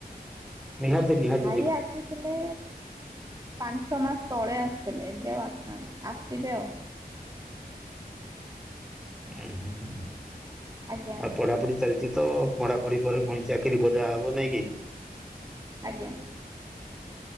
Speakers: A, in the centre; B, on the right (about 20°).
A: ନିହାତି ନିହାତି
B: ଭାଇ ଆସିଥିଲେ ପାଞ୍ଚ ଛ ମାସ ତଳେ ଆସିଥିଲେ, ଏବେ ଆଉ ଆସିନାହାନ୍ତି, ଆସିବେ ଆଉ
A: ଆଉ
B: ଆଜ୍ଞା
A: ପଢାପଢି ଚାଲିଛି ତ, ପଢାପଢି ପରେ ଚାକିରୀ ଖୋ ଯାହାହବ ନାଇ କି?
B: ଆଜ୍ଞା